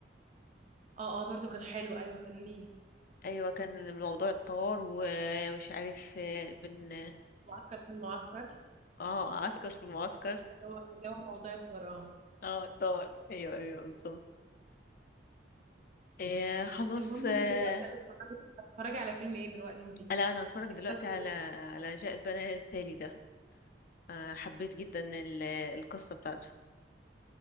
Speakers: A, on the right (about 40°); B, on the left (about 50°).
A: اه اه برضو كان حلو ايوه كان ليه
B: ايوه كان الموضوع الطار و- ومش عارف آه، بن
A: معسكر في المعسكر
B: اه عسكر في المعسكر
A: اللي هو اللي هو موضوع الطيران
B: اه الطار ايوه ايوه بالظبط آه، خلاص
A: المهم
B: آه،
A: انت دلوقتي هتتفرجي هتتفرجي على فيلم ايه دلوقتي انت
B: لا انا هتفرج
A: اخترتي
B: دلوقتي على على جاء البنات التالي ده آه، حبيت جدا ال- القصة بتاعته